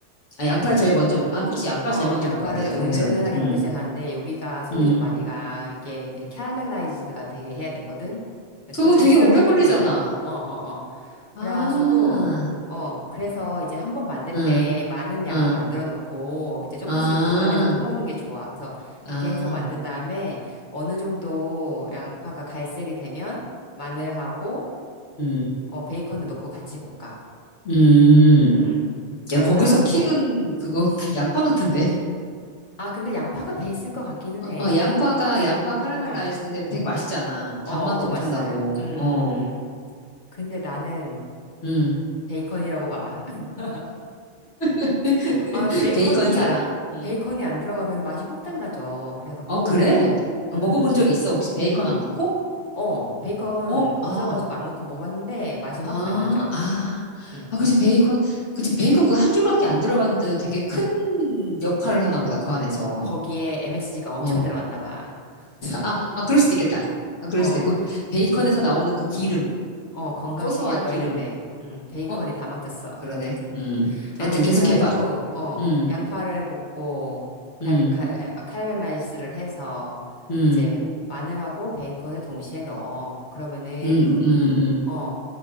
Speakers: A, on the left; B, on the left.
A: 아, 양파를 제일 먼저, 볶- 아, 그치, 양파
B: 어,
A: 제일 먼저
B: 양파를
A: 볶아야 되지, 거기서는.
B: 은은하게
A: 음,
B: 볶기 시작하는데 여기가 손이
A: 음.
B: 좀 많이 가. 이게 이게 캐러멜라이즈드가 되게 해야 되거든. 그래서
A: 그거 되게
B: 시간도
A: 오래 걸리잖아.
B: 좀 걸려. 어, 어, 어.
A: 아,
B: 그래가지고 어, 그래서 이제 한 번 만들
A: 응,
B: 때 많은 양을
A: 응,
B: 만들어 놓고 이제 조금씩
A: 아,
B: 보관해서 퍼먹는 게 좋아. 그래서
A: 아,
B: 그렇게 해서 만든 다음에 어느 정도 양파가 갈색이 되면 마늘하고
A: 음,
B: 어, 베이컨을 넣고 같이 볶아.
A: 음.
B: 음. 그런
A: 야, 거기서
B: 다음에
A: 킥은 그거 <laughs> 양파 같은데?
B: 아, 근데 양파가 베이스인 것 같기는 해.
A: 어, 어, 양파가, 양파 카라멜라이즈드
B: 어.
A: 되면 되게 맛있잖아.
B: 어,
A: 단맛도
B: 엄청
A: 엄청
B: 맛있어요.
A: 나고,
B: 음,
A: 어,
B: 음, 음. 근데 나는
A: 음.
B: 베이컨이라고 봐. <laughs>
A: <laughs>
B: 아, 베이컨이,
A: 베이컨 사랑. 응.
B: 베이컨이 안 들어가면 맛이 확 달라져. 그래갖고,
A: 어, 그래? 어,
B: 음,
A: 먹어본
B: 음,
A: 적
B: 음,
A: 있어?
B: 음.
A: 혹시 베이컨
B: 음.
A: 안 넣고?
B: 어, 베이컨
A: 어,
B: 없어가지고
A: 아,
B: 안 넣고 먹었는데 맛이
A: 아,
B: 확 달라져.
A: 아.
B: 음,
A: 아, 그치, 베이컨. 그치, 베이컨 그 한 줄밖에 안 들어갔는데도 되게 큰 역할을 하나
B: 음.
A: 보다, 그 안에서.
B: 거기에 MSG가 엄청
A: 어.
B: 들어갔나 봐.
A: 아, 아, 그럴 수도 있겠다. 아, 그럴
B: 어,
A: 수도 있그
B: 거-
A: 베이컨에서 나오는 그 기름,
B: 어, 건강식이라고
A: 고소한 기름.
B: 했는데, 음, 베이컨이
A: 어,
B: 다 망쳤어.
A: 그러네. 음. 하여튼
B: 아무튼
A: 계속해봐.
B: 그래가지고 어
A: 음,
B: 양파를 볶고 갈,
A: 음,
B: 갈, 카라멜라이즈를 해서
A: 음,
B: 이제 마늘하고 베이컨을 동시에 넣어. 그러면은
A: 음, 음, 음,
B: 어